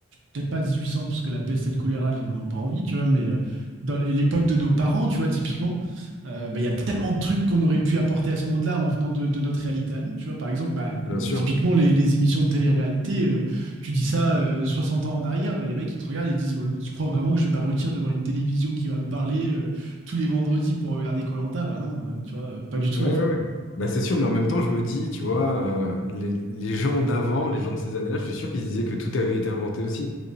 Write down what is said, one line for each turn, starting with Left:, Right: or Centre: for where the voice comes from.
Right: peut-être pas 1800, parce que la peste et le choléra, j'ai vraiment pas envie, tu vois, mais euh, dans l'époque de nos parents, tu vois, typiquement euh, bah, il y a tellement de trucs qu'on aurait pu apporter à ce monde-là en venant de, de notre réalité à nous. Tu vois, par exemple, bah,
Left: Bien sûr.
Right: typiquement les, les émissions de télé-réalité, euh, tu dis ça euh, 60 ans en arrière, bah, les mecs ils te regardent et ils disent ouais, bah, Tu crois vraiment que je vais m'abrutir devant une télévision qui va me parler euh, tous les vendredis pour regarder koh Bah non, euh, tu vois, euh, pas du tout
Left: Ouais, ouais,
Right: en fait.
Left: ouais. Bah, c'est sûr, mais en même temps, je me dis, tu vois, euh, les, les gens d'avant, les gens de ces années-là, je suis sûr qu'ils se disaient que tout avait été inventé aussi.